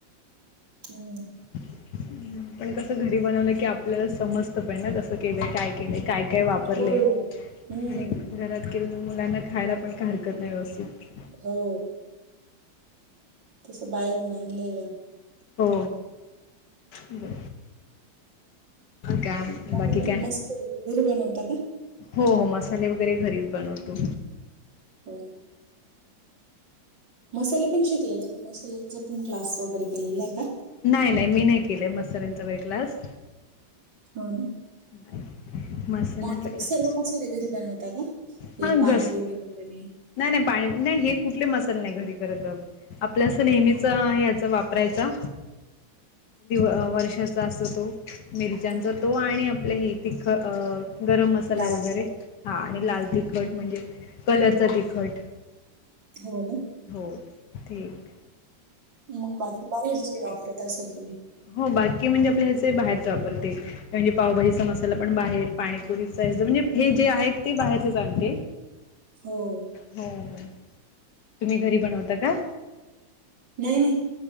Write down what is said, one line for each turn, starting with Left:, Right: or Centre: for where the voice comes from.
Right: हम्म
Left: आपण कस घरी बनवलं की आपल्याला समजत पण ना कसं केलंय काय केलंय काय काही वापरले
Right: हो
Left: आणि
Right: हम्म
Left: घरात केवळ मुलांना खायला पण काही हरकत नाही व्यवस्थित
Right: हो तस बाहेरन आणलेल्या
Left: हो बर काय
Right: बाकी तुम्ही
Left: काय
Right: मसाले वगैरे घरी बनवता का?
Left: हो हो मसाले वगैरे घरीच बनवतो
Right: हो मसाले पण शिकलेले आहेत मसाल्यांचा पण क्लास वगैरे केलेला आहे का?
Left: नाही नाही मी नाही केले मसाल्यांचा वगैरे क्लास
Right: हो ना
Left: नाही. मसाल्यांचा
Right: मग
Left: ग्लास
Right: सर्व मसाले घरी बनवता का हे
Left: हा
Right: पाणीपुरी
Left: घस
Right: वगैरे
Left: नाही नाही पाणी नाही हे कुठले मसाल नाही घरी करत ग आपल्या असं नेहमीच याचा वापरायचा दिव वर्षाचा असतो तो मिरच्यांचा
Right: हो,
Left: तो आणि आपलं हे तिख गरम मसाला
Right: लाल
Left: वगैरे
Right: तिखट.
Left: हा
Right: हं.
Left: आणि लाल तिखट म्हणजे कलरचा तिखट
Right: हो ना
Left: हो ते एक
Right: मग बाकी काय बाहेरचे वापरत असाल तुम्ही
Left: हो बाकी म्हणजे आपल्या ह्याचे बाहेरच वापरते म्हणजे पावभाजीचा मसाला पण बाहेर पाणीपुरीचा म्हणजे हे जे आहेत ते बाहेरचे च आणते
Right: हो
Left: हो हो तुम्ही घरी बनवता का?
Right: नाही नाही